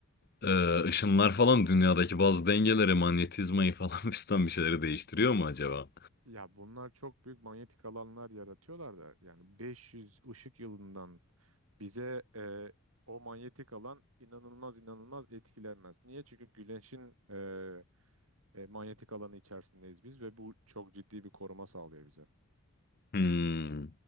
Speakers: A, on the left (about 45°); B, on the right (about 70°).
A: eee, ışınlar falan dünyadaki bazı dengeleri manyetizmayı falan <laughs> fistan bir şeyleri değiştiriyor mu acaba?
B: Ya bunlar çok büyük manyetik alanlar yaratıyorlar da yani 500 ışık yılından bize e, o manyetik alan inanılmaz inanılmaz etkilenmez. Niye? Çünkü Güneş'in e, e, manyetik alanı içerisindeyiz biz ve bu çok ciddi bir koruma sağlıyor bize.
A: Hmm.